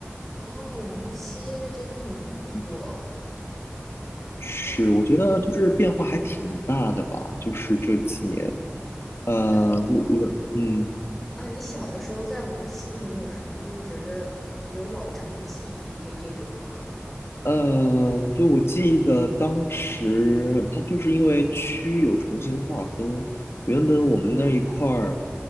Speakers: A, in the centre; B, on the left.
A: 哦，无锡真的很不错。
B: 嗯，是，
A: 对，
B: 我觉得就是变化还挺大的吧，就是这几年，呃，
A: 那
B: 就我，嗯。
A: 啊，你小的时候在无锡，你有什么就是觉着有老城记忆这这种吗？
B: 呃，对，我记得当时，它就是因为区有重新划分，原本我们那一块儿